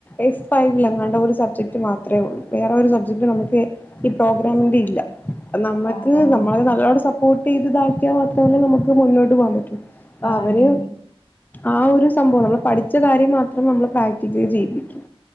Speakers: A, on the left (about 15°); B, on the left (about 60°).
A: എസ് ഫൈവിലെങ്ങാണ്ടോ ഒരു സബ്ജക്ട് മാത്രേ ഉള്ളു. വേറൊരു സബ് <unintelligible> ഈ പ്രോഗ്രാമിന്റെ ഇല്ല. നമ്മക്ക്
B: ആഹ് ആഹ്
A: നമ്മള്
B: ഓക്കെ
A: നല്ലോണ സ വോട്ടെയ്ത് താക്കിയാ മാത്രല്ലെ നമ്മക്ക് മുന്നോട്ട് പോവാൻ പറ്റൂ. അ
B: ആഹ്
A: അവര്
B: അതെ അതെ
A: ആ ഒരു സംഭവം, നമ്മള് പഠിച്ച കാര്യം മാത്രം നമ്മള് പ്രാക്ടിക്കലി ചെയ്യിപ്പി